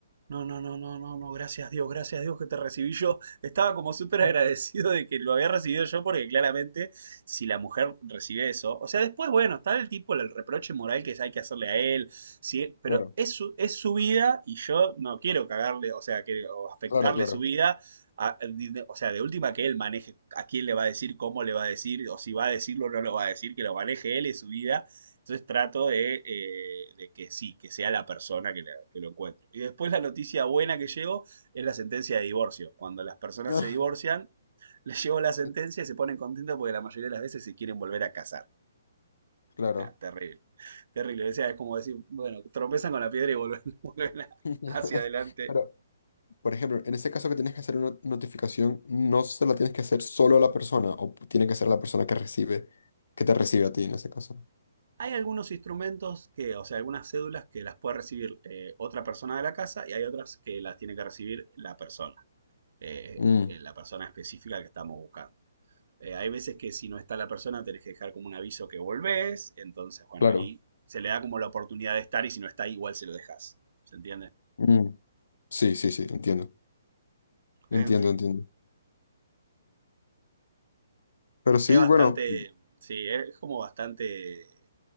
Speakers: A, on the right; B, on the left.
A: No, no, no, no, no, no, gracias Dios, gracias Dios que te recibí yo. Estaba como súper
B: ujú.
A: agradecido de que lo había recibido yo, porque claramente si la mujer recibe eso, o sea, después, bueno, está el tipo, el reproche moral que hay que hacerle a él, ¿sí? Pero
B: Claro,
A: es su, es su vida y yo no quiero cagarle, o sea, que, o afectarle
B: claro, claro.
A: su vida. a- o sea, de última que él maneje a quién le va a decir, cómo le va a decir, o si va a decirlo o no lo va a decir, que lo maneje él y su vida entonces trato de, eh, de que sí, que sea la persona que, la- que lo encuentro. Y después la noticia buena que llevo es la sentencia de divorcio. Cuando las personas
B: Ah,
A: se divorcian, <laughs> les llevo la sentencia
B: sí,
A: y se ponen contentos porque la mayoría de las veces se quieren volver a casar.
B: Claro.
A: Ah, terrible, terrible. O sea, es como decir, bueno, tropezan con la piedra y vuelven, <laughs> vuelven a-
B: <laughs>
A: hacia adelante.
B: Pero, por ejemplo, en ese caso que tienes que hacer una notificación, no se la tienes que hacer solo a la persona, o tiene que ser la persona que recibe, que te recibe a ti en ese caso.
A: Hay algunos instrumentos que, o sea, algunas cédulas que las puede recibir eh, otra persona de la casa y hay otras que las tiene que recibir la persona, eh,
B: Mm,
A: eh, la persona específica que estamos buscando. Eh, hay veces que si no está la persona tenés que dejar como un aviso que volvés, entonces bueno,
B: claro.
A: ahí se le da como la oportunidad de estar y si no está igual se lo dejas, ¿se entiende?
B: Mm, sí, sí, sí, entiendo. Entiendo,
A: En fin.
B: entiendo. Pero sí,
A: Es bastante,
B: bueno,
A: sí, es como bastante